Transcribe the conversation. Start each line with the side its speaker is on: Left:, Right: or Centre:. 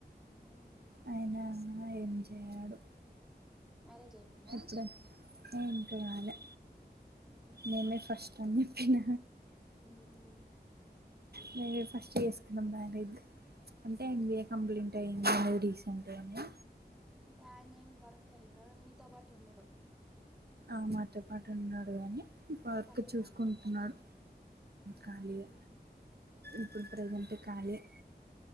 Centre: ఆయన ఏం చేస్
Right: ఆయన ఏం చేయడు
Centre: మ్యారేజ్ అయిపోయిందా
Right: ఈ ఇంకా కాలే
Centre: ఉహు
Right: నేనే ఫస్ట్ తనని పోయిన
Centre: మ్మ్
Right: మే ఫస్ట్ చేసుకున్నాాం మ్యారేజ్ అంటే ఎన్బీఏ
Centre: ఉహు
Right: కంప్లీట్ టైం అది రీసెంట్ గానే
Centre: అంటే ఆయన ఏం వర్క్ వెెళ్ళడ మీతో పాటు ఉండడు
Right: ఆ మాతో పాటు ఉన్నాడు కాగాని పార్క్
Centre: తనీగా
Right: చూసుకుంటున్నాడు
Centre: ఉంటాడు
Right: ఖాళీ యే
Centre: ఉహు
Right: ఇప్పుడు ప్రజెంట్ ఖాళీ యే